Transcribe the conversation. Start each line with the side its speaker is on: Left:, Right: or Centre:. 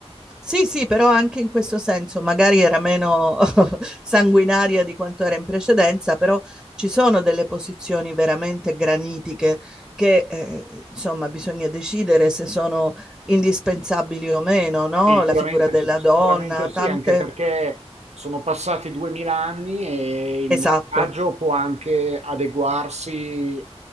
Centre: Sì, sì, però anche in questo senso, magari era meno <laughs> sanguinaria di quanto era in precedenza, però ci sono delle posizioni veramente granitiche che, eh, insomma, bisogna decidere se sono indispensabili o meno, no?
Right: Sicuramente
Centre: La figura della
Right: sì, sicuramente
Centre: donna,
Right: sì,
Centre: tante...
Right: anche perché sono passati 2000 anni e il
Centre: Esatto.
Right: messaggio può anche adeguarsi, eh,